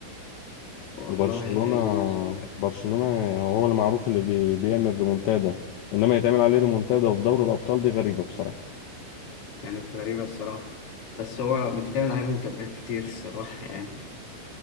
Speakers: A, on the left (about 35°); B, on the left (about 75°).
A: والله
B: وبرشلونه
A: ال...
B: برشلونه يعني هو اللي معروف اللي بي... بيعمل ريمونتادا انما يتعمل عليه ريمونتادا وفي دوري الابطال دي غريبه بصراحه
A: كانت غريبه الصراحه بس هو بيتعمل عليهم كلام كتير الصراحه يعني